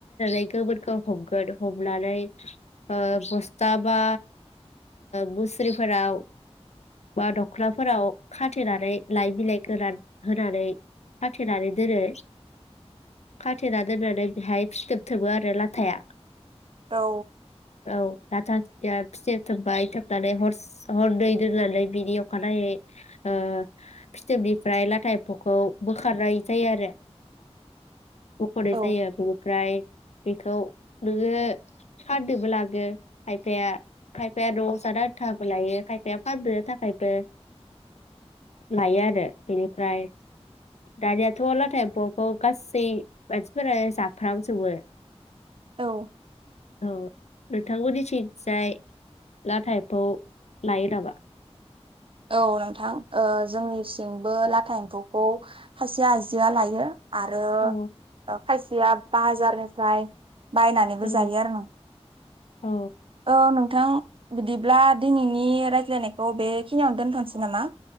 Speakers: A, on the left (about 80°); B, on the right (about 55°).
A: गोमोनखौ हमगोन हमनानै ओ बस्था बा मुस्रिफोराव बा दख्नाफोराव खाथेनानै लाइ बिलाइ गोरान होनानै खाथेनानै दोनो खाथेनानै दोननानै बेहाय फिथोब थोबो आरो लाथाया
B: औ
A: औ लाथाया फिथोब थोबबाय थोबनानै हर हरनै दोननानै बिनि अखा अखा नायै ओ फिथोबनिफ्राय लाथा एम्फौखौ बोखारनाय जायो आरो ब'खनाय
B: औ
A: जायो। ओमफ्राय बेखौ नोङो फाननोबो लाङो खायफाया खायफाया न'आव जानो आनथाबो लायो खायफाया फाननो थाखायबो लायो आरो बेनिफ्राय दानियाथ' लाथा एम्फौआबो गासै मानसिफोरानो जा फ्राम जौवो
B: औ
A: औ नोंथां मोननि थिं थिंजाय लाथा एमफौ लायो नामा
B: औ नोंथां ओ जोंनिथिंबो लाथा एमफौखौ खासे आइजोआ लायो आरो
A: औ
B: खायसिया बाहाजारनिफ्राय बायनानैबो
A: औ
B: जायो आरो नं
A: औ
B: औ नं नोंथां बिदिब्ला दिनैनि रायज्लायनायखौ बे खिनियावनो दोनथनोसै नामा